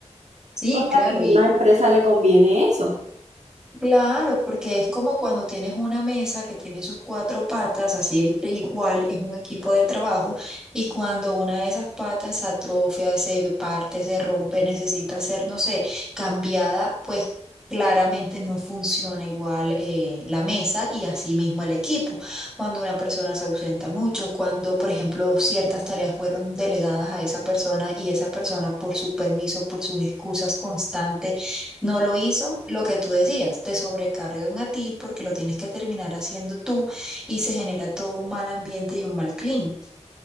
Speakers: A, in the centre; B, on the right.
A: Sí,
B: Porque
A: claro,
B: a ninguna
A: y,
B: empresa le conviene eso.
A: Claro, porque es como cuando tienes una mesa que tiene sus cuatro patas, así el- igual es un equipo de trabajo, y cuando una de esas patas se atrofia, se parte, se rompe, necesita ser, no sé, cambiada, pues claramente no funciona igual eh, la mesa y así mismo el equipo. Cuando una persona se ausenta mucho, cuando, por ejemplo, ciertas tareas fueron delegadas a esa persona y esa persona por su permiso, por sus excusas constantes, no lo hizo lo que tú decías, te sobrecargan a ti porque lo tienes que terminar haciendo tú y se genera todo un mal ambiente y un mal clima.